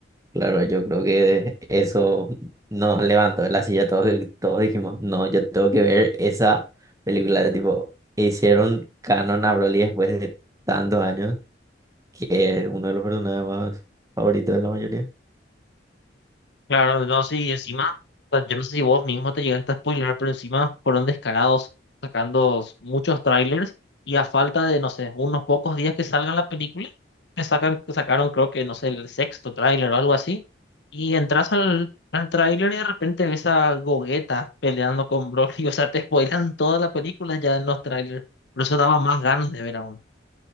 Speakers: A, on the right; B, on the left.
A: Claro, yo creo que eso nos levantó de la silla. Todos, todos dijimos, no, yo tengo que ver esa película. Tipo, hicieron canon a Broly después de tantos años, que es uno de los personajes más favoritos de la mayoría.
B: Claro, no sé, y encima, o sea, yo no sé si vos mismo te llegaste a spoiler, pero encima fueron descarados sacando s- muchos trailers y a falta de, no sé, unos pocos días que salga la película, te sacan, sacaron creo que, no sé, el sexto tráiler o algo así, y entras al, al tráiler y de repente ves a Gogeta peleando con Broly, <laughs> o sea, te spoilan toda la película ya en los trailers, por eso daba más ganas de ver aún,